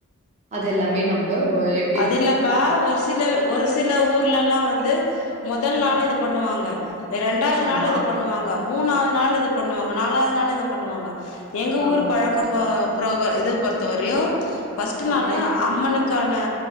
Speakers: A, on the right; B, on the left.
A: அதெல்லாமே நம்ப ஒ எ
B: அதில்லப்பா ஒரு சிலரு ஒரு சி சில ஊர்லல்லா வந்து மொதல்
A: ஆ
B: நாள் இது பண்ணுவாங்க ரெ ரெண்டாவ்து
A: ஆமா
B: நாள் இது பண்ணுவாங்கவ் மூணாது நாள் இத பண்ணுவாங்க நாலாவ்து நாள் இத பண்ணுவாங்க எங்க
A: ஆமா
B: ஊரு பழக்கம் பா ப்ரோக இது பொறுத்த வரையு ஃபஸ்ட்டு
A: ஓகே
B: நாளு அம்மனுக்கா அ